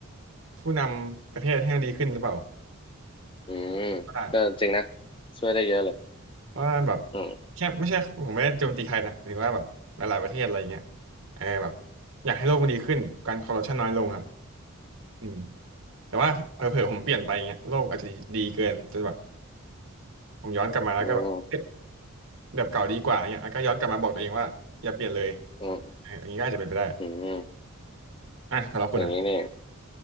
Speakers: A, on the right; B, on the left.
A: ผู้นำประเทศให้มันดีขึ้นหรือเปล่า
B: อืม
A: ว่า
B: ก็จริงนะช่วยได้เยอะเลย
A: ว่าแบบ
B: อืม
A: แค่ไม่ใช่ผมไม่ได้โจมตีใครนะหรือว่าแบบหลายๆประเทศอะไรอย่างเงี้ยเออแบบอยากให้โลกมันดีขึ้นการคอร์รัปชันน้อยลงครับอืม แต่ว่าเผลอๆผมเปลี่ยนไปเงี้ยโลกอาจจะดีเกินจนแบบผมย้อนกลับมาแล้วก็แบบเอ๊ะ
B: อืม
A: แบบเก่าดีกว่าเงี้ยแล้วก็ย้อนกลับมาบอกตัวเองว่าอย่าเปลี่ยนเลย
B: อืม
A: เอออย่างนี้ก็อาจจะเป็นไปได้
B: อืม
A: อ่ะสำหรับคุณอ่ะ
B: อย่างนี้เนี่ย